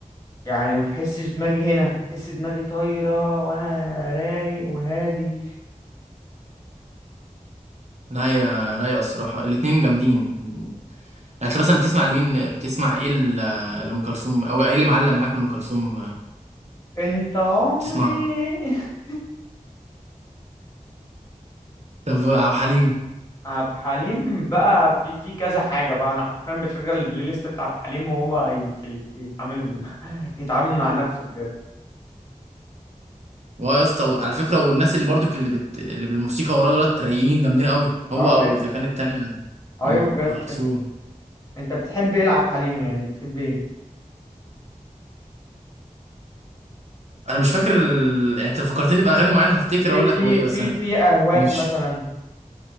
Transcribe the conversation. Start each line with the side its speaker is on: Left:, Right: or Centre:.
Left: يعني ما بحسش دماغي هنا بحس دماغي طايرة وانا رايق وهادي
Right: لا يا رايقة الصراحة الاتنين جامدين يعني أنت مثلا بتسمع لمين بتسمع إيه ل- لأم كلثوم أو إيه اللي معلم معاك لأم كلثوم
Left: انت عمري
Right: بتسمعه
Left: <laughs>
Right: طب عبد الحليم
Left: عبد حليم بقى في في كذا حاجة بقى انا حرفيا بشغل البلاي ليست بتاع عبد حليم وهو يت- يت- يتعامل <laughs> يتعامل مع نفسه بجد
Right: واه يا اسطى على فكره والناس اللي برضك اللي بت... اللي بالموسيقى وراه دولت رايقين جامدين قوي هو
Left: اه
Right: او
Left: إيه،
Right: اذا كانت التانيه
Left: ايوه
Right: ام
Left: بجد
Right: كلثوم
Left: انت أنت بتحب ايه لعب حليم يعني بتحب ايه
Right: انا مش فاكر ال... يعني انت لو فكرتني باغاني معينه هفتكر
Left: في
Right: اقول
Left: في
Right: لك هو ايه بس
Left: في
Right: انا
Left: في اهواك
Right: مش
Left: مثلا